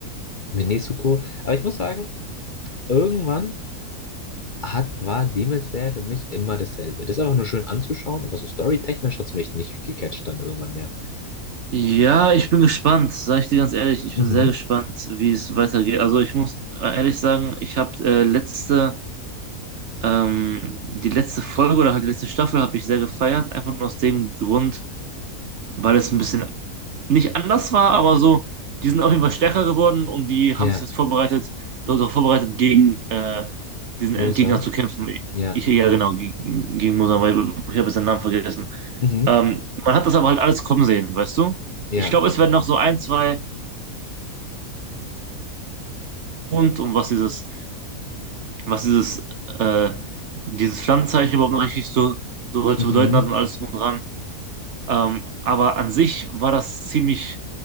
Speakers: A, on the left (about 40°); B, on the right (about 60°).
A: mit Nezuko. Aber ich muss sagen, irgendwann hat, war Demon Slayer für mich immer dasselbe. Das ist einfach nur schön anzuschauen, aber so storytechnisch hat es mich nicht gecatcht dann irgendwann mehr.
B: Ja, ich bin gespannt, sage ich dir ganz ehrlich. Ich
A: Mhm.
B: bin sehr gespannt, wie es weitergeht. Also ich muss ehrlich sagen, ich habe äh, letzte, ähm, die letzte Folge oder halt die letzte Staffel habe ich sehr gefeiert, einfach nur aus dem Grund, weil es ein bisschen nicht anders war, aber so, die sind auf jeden Fall stärker geworden und die
A: Ja,
B: haben sich jetzt vorbereitet, dort auch vorbereitet, gegen äh, diesen
A: Muzan.
B: Endgegner zu kämpfen.
A: Ja.
B: Ich, ja, genau, gegen, gegen Mosambik, ich habe jetzt seinen Namen vergessen.
A: Mhm.
B: Ähm, man hat das aber halt alles kommen sehen, weißt du?
A: Ja.
B: Ich glaube, es werden noch so ein, zwei und um was dieses, was dieses, äh, dieses Pflanzenzeichen überhaupt noch richtig so, so halt
A: Mhm.
B: zu bedeuten hat und alles drum und dran. Ähm, aber an sich war das ziemlich